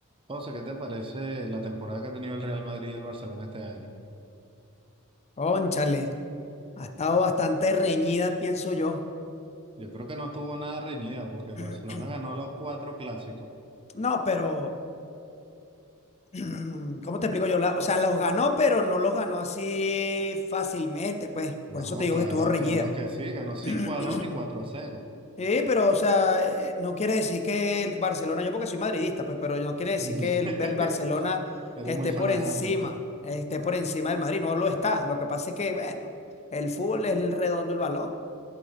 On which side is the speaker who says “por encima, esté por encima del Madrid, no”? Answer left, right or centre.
Left